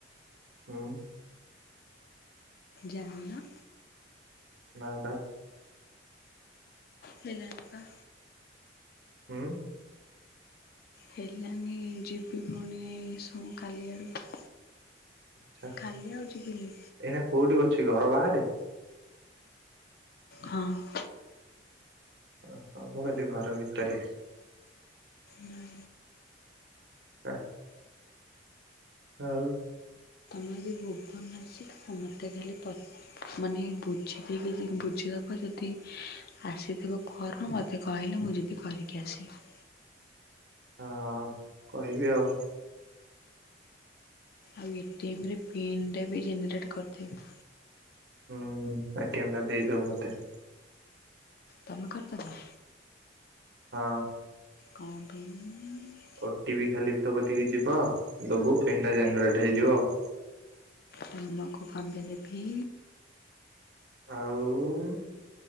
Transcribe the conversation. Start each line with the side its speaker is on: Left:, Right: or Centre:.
Right: ଉଁ
Left: ଜାଣିନ?
Right: ନାହିଁ ପା
Left: ହେଲାନି ପା
Right: ହୁଁ
Left: ହେଲାନି ଯିବି ଫୁଣି ସମ କାଲିଆଡ଼କୁ।
Right: ଆଚ୍ଛା
Left: କାଲି ଆଉ ଯିବିନି।
Right: ଏଇନା କୋଉଠି ଅଛି ଘର ବାହାରେ?
Left: ହଁ
Right: ହ ମୁଁ କହିଲି ଘର ଭିତରେ।
Left: ନା
Right: <unintelligible> ଆଉ
Left: ମୁଁ ଆଜି ଭୁବନ ଆସିଚି ତ ସମସ୍ତେ ଖାଲି ପ ମାନେ ବୁଝିକି ବି ବୁଝିଲା ପରେ <unintelligible> ଆସିଥିବ ଫର୍ମ ମୋତେ କହିଲେ ମୁଁ ଯିବି କରିକି ଆସିବି।
Right: ହଁ କହିବି ଆଉ।
Left: ଆଉ ଏ-ଟି-ଏମ୍ ରେ ପିନ ଟାବି ଜେନେରେଟ୍ କରିଦେବି।
Right: ହୁଁ ଏ-ଟି-ଏମ ଟା ଦେଇଦବୁ ମତେ।
Left: ତମେ କରିଦେବ?
Right: ହଁ।
Left: କଣ ପାଇଁ?
Right: ଓ-ଟି-ପି ଖାଲି ତୋ କତିକି ଯିବ ଦବୁ ପିନ୍ ଟା ଜେନେରେଟେ ହେଇଯିବ ଆଉ।
Left: ତମକୁ କଣ ପାଇଁ ଦେବି?
Right: ଆଉ ଉ